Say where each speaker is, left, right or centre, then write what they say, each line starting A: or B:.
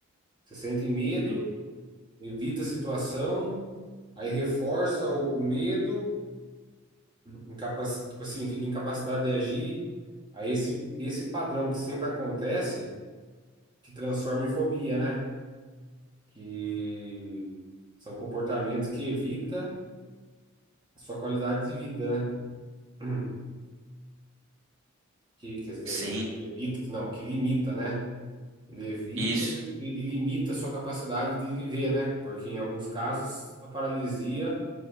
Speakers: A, on the right; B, on the right.
A: Você sente medo,
B: Sim,
A: evita a situação, aí reforça o, o medo, incapac... tipo assim, fica incapacitado de agir. Aí esse, esse padrão que sempre acontece, que transforma em fobia, né? Que são comportamentos que evita a sua qualidade de vida, né? <clears throat> que, que- quer
B: Sim,
A: dizer, que evita, que não, que limita, né? Ele evita
B: isso.
A: e, e limita a sua capacidade de viver, né? Porque em alguns casos a paralisia,